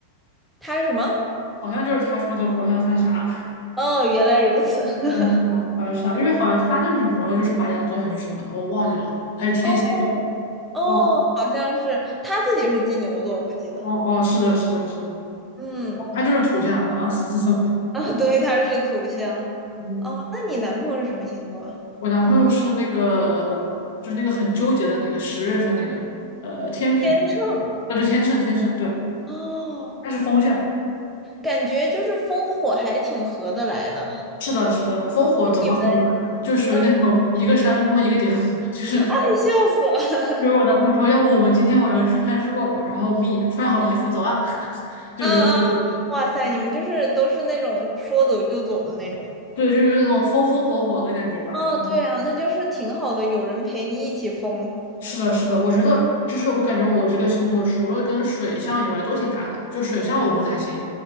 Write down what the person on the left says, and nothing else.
好像就是他说的“活像三傻”，好
像是他，好像是他，因为好像他的女朋友就是白羊座还是什么的，我忘记了，还是天蝎吧，
忘了。
哦哦，是的，是的，是的，
哦他就是土象啊，<laughs> 就是
嗯，
我男朋友是那个，就是那个很纠结的那个十月份那个，呃，天平，
呃，对，天秤，天秤，对，
他是风象。
是的，是的，风火怎么合得呢？
就属于那种一个山峰一个点火，
就是。
就是我男朋友说，要不我们今天晚上去看日落吧，然后 me 穿好衣服走啊，<laughs>
就有点那种，
对，就是有点那种风风火火的感觉吧。
就是
是的，是的，我觉得就是我感觉我这个星座除了跟水象以外都挺搭的，就水象我不太行，